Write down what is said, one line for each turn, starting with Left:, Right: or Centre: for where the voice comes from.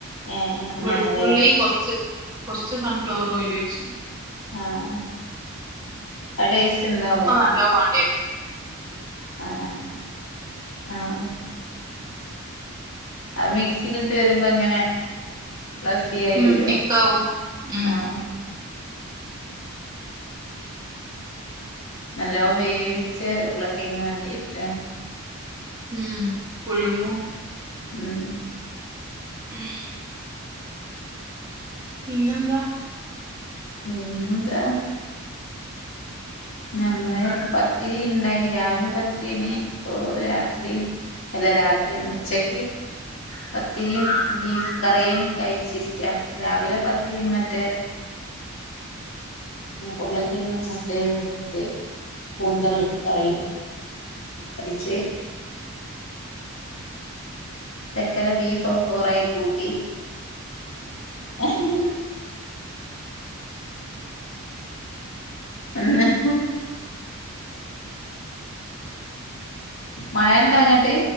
Left: ഏഹ് അങ്ങനെല്ലേ
Right: വെളുത്തുള്ളി കൊർച്ച് കൊർച്ച് സൺഫ്ലവർ ഓയ്ലോയ്ച്ച്
Left: ആഹ് അത് ടെസ്റ്റിണ്ടാവോ
Right: ല്ലോം വാണ്ടിയെ
Left: ആഹ് ആഹ്
Right: <inaudible>
Left: ആ മിക്സിയിലിട്ട് വരുമ്പോ ഇങ്ങനെ <unintelligible>
Right: ഉം
Left: വരും
Right: തിക്കാവും ഉം
Left: ആഹ് നല്ലോം വേവിച്ച് ഉരുളൊക്കെങ്ങും <unintelligible>
Right: ഉം പുഴുങ്ങും
Left: ഉം
Right: ഉം പിന്നെന്താ
Left: ഉം എന്താ നമ്മള് പത്തിരി ഇണ്ടാക്കി രാവിലെ പത്തിരിനി ഇപ്പൊ രാത്രി അല്ല രാത്രിയും ഉച്ചക്ക് പത്തിരിയും ബീഫ് കറിയും കഴിച്ചിരിക്കാ രാവിലെ പത്തിരിയും മറ്റേ
Right: <inaudible>
Left: ഉർളക്കിങ്ങും മറ്റേ ദേ കൂന്തൽ കറിയും കഴിച്ച് ചക്കര ബീഫൊ കൊറേ കൂട്ടി <unintelligible> ഹ ഹ മയണ്ടോ അങ്ങ്ട്ട്